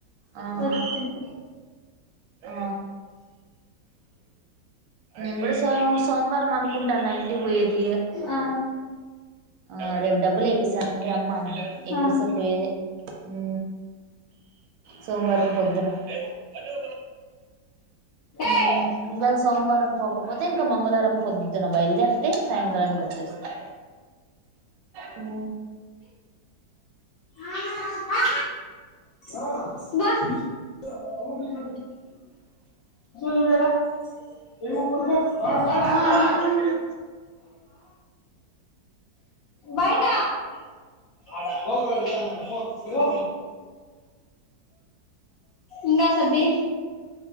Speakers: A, on the right; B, on the left.
A: ఆహా
B: వచ్చింది
A: ఆ నేను కూడా సో సోమవారం అనుకుంటాన్నా ఇంటికి పోయేది
B: ఆ
A: ఆ అదే డబ్బులు ఏపిస్తా అనింది అమ్మ ఏపిస్తే
B: ఆ
A: పోయేది హు సోమవారం పొద్దున హు
B: ఏయ్
A: ఒకవేళ సోమవారం పోకపోతే ఇంకా మంగళవారం పొద్దున బయలుదేరితే సాయంకాలనికి వచ్చేస్తా హు
B: ఆ ఆ ఆ అబ్బా ఉహు కూర్చో నువ్వు ఈడ ఏమనుకుంటాం సోలామా
A: ఆ
B: బయట ఆడ గోకుల్ గోకుల్ కడుగుతుంది పో ఇగో ఇంగా సబ్బి